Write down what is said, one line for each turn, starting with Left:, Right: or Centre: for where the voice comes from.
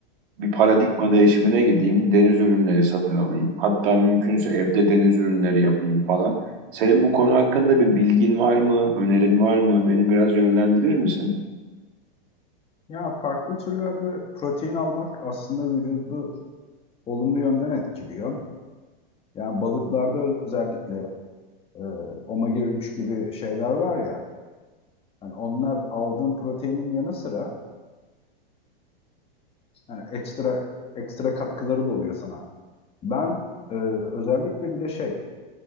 Right: Bir paradigma değişimine gideyim, deniz ürünleri satın alayım. Hatta mümkünse evde deniz ürünleri yapayım falan. Senin bu konu hakkında bir bilgin var mı, önerin var mı? Beni biraz yönlendirir misin?
Left: Ya farklı türlerde protein almak aslında vücudu olumlu yönden etkiliyor. Yani balıklarda özellikle e, omega 3 gibi şeyler var ya. Hani onlar aldığın proteinin yanı sıra hani ekstra ekstra katkıları da oluyor sana. Ben e, özellikle bir de şey